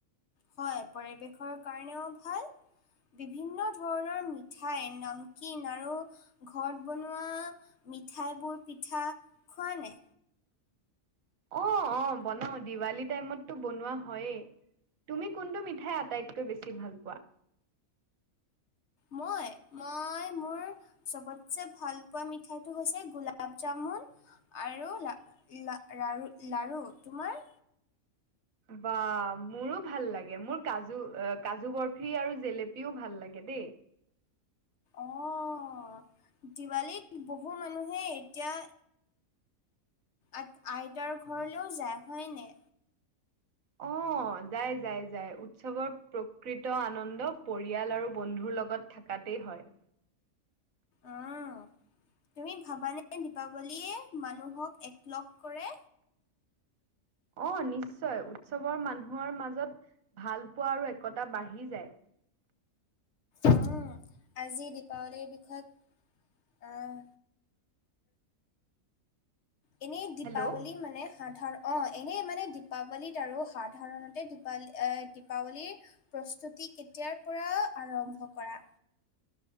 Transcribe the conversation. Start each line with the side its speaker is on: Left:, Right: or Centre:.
Left: হয়, পৰিৱেশৰ কাৰণেও ভাল। বিভিন্ন ধৰণৰ মিঠাই, নামকিন আৰু ঘৰত বনোৱা মিঠাইবোৰ পিঠা খোৱা নে?
Right: অ', অ', বনাও দিৱালী টাইমতটো বনোৱা হয়েই। তুমি কোনটো মিঠাই আটাইতকৈ বেছি ভাল পোৱা?
Left: মই, মই, মোৰ চবতছেে ভাল পোৱা মিঠাইতটো হৈছে গোলাপ জামুন। <unintelligible> লা-লাৰু তোমাৰ?
Right: বাহ মোৰো ভাল লাগে, মোৰ কাজু-কাজু বৰফি আৰু জেলেপিও ভাল লাগে দেই।
Left: অ', দিৱালীত বহু মানুহে এতিয়া আ-আইতাৰ ঘৰলেও যায় হয়নে?
Right: অ'। অ', যায়, যায়, যায়, উৎসৱৰ প্ৰকৃত আনন্দ পৰিয়াল আৰু বন্ধুৰ লগত থাকাতেই হয়।
Left: অ', তুমি ভাবানে দীপাৱলীয়ে মানুহক একলগ কৰে?
Right: অ', নিশ্চয়, উৎসৱৰ মানুহৰ মাজত ভাল পোৱা আৰু একতা বাঢ়ি যায়।
Left: উম, আজি দীপাৱলীৰ বিষয়ে আহ এনেই দীপাৱলী
Right: হেল্ল'
Left: মানে সাধাৰণ অ', এনেই মানে দীপাৱলীত আৰু সাধাৰণতে দীপী-দীপাৱলীৰ প্ৰস্তুতি কেতিয়াৰ পৰা আৰম্ভ কৰা?